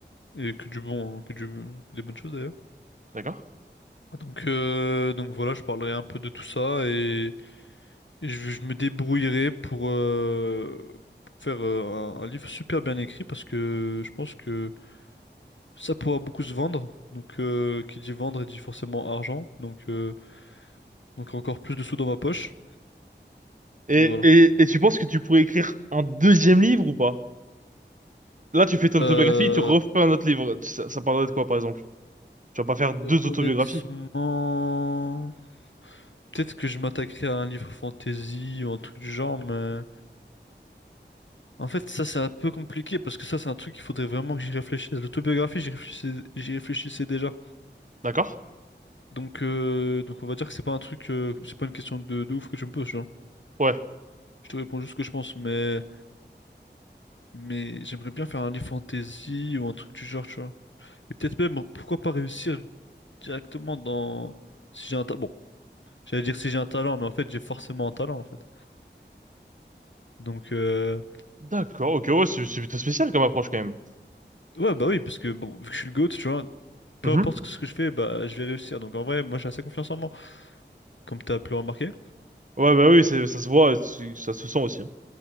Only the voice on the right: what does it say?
D'accord.
Et,
et, et tu penses que tu pourrais écrire un deuxième livre ou pas? Là, tu fais ton
autobiographie et tu refais un autre livre. Ça, ça parlerait de quoi, par exemple? Tu vas pas faire deux
autobiographies.
D'accord?
Ouais.
D'accord, ok, ouais, c'est c'est plutôt spécial comme approche quand même.
Mhm.
Ouais, bah oui, c'est- ça se voit, et ça se sent aussi. hein.